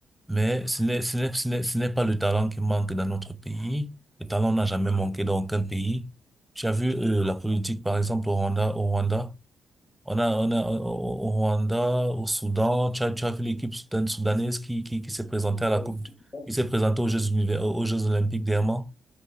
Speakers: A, in the centre; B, on the left.
A: mais ce n'est, ce n'est, ce n'est, ce n'est pas le talent qui manque dans notre pays. Le talent n'a jamais
B: bien sûr.
A: manqué dans aucun pays. Tu as vu euh, la politique, par exemple, au Rwanda, au Rwanda. On a, on a, au au- au Rwanda, au Soudan, tu as, tu as vu l'équipe soudan- soudanaise qui, qui, qui s'est présentée à
B: Ouais,
A: la Coupe,
B: c'est
A: du-
B: super.
A: qui s'est présentée aux Jeux univers- aux Jeux Olympiques dernièrement.